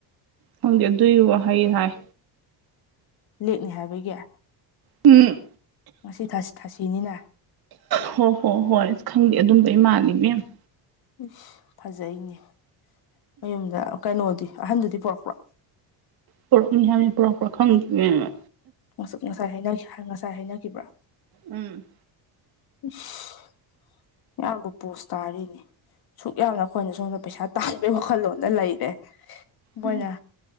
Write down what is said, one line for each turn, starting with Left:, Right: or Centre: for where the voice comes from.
Right: ꯈꯪꯗꯦ ꯑꯗꯨꯒꯤ ꯋꯥꯍꯩ ꯍꯥꯏ
Left: ꯂꯦꯛꯅꯤ ꯍꯥꯏꯕꯒꯤ
Right: ꯎꯝ
Left: ꯉꯁꯤ ꯊꯥꯁꯤ ꯊꯥꯁꯤꯅꯤꯅ
Right: ꯍꯣ ꯍꯣ ꯍꯣꯏ ꯈꯪꯗꯦ ꯑꯗꯨꯝꯕꯩ ꯃꯥꯜꯂꯤ ꯏꯕꯦꯝꯃꯥ
Left: ꯏꯁ ꯐꯖꯩꯅꯦ ꯃꯌꯨꯝꯗ ꯀꯩꯅꯣꯗꯤ ꯑꯍꯟꯗꯨꯗꯤ ꯄꯨꯔꯛꯄ꯭ꯔꯣ
Right: ꯄꯔꯛꯅꯤ ꯍꯥꯏꯕꯅꯤ ꯄꯔꯛꯄꯔ ꯄ꯭ꯔꯈꯪꯗꯦ ꯏꯕꯦꯝꯃꯥ
Left: ꯋꯁꯥꯛ ꯉꯁꯥꯏ ꯍꯥꯏꯅꯩ ꯉꯁꯥꯏ ꯍꯥꯏꯅꯈꯤꯕ꯭ꯔꯥ
Right: ꯎꯝ
Left: ꯏꯁ ꯃꯌꯥꯝꯗꯨ ꯄꯣꯁ ꯇꯥꯔꯤꯅꯤ ꯁꯨꯛ ꯌꯥꯝꯅ ꯑꯩꯈꯣꯏꯅ ꯁꯣꯝꯗ ꯄꯩꯁꯥ ꯇꯥꯟꯕꯒꯤ ꯋꯥꯈꯜꯂꯣꯟꯗ ꯂꯩꯔꯦ ꯃꯣꯏꯅ
Right: ꯎꯝ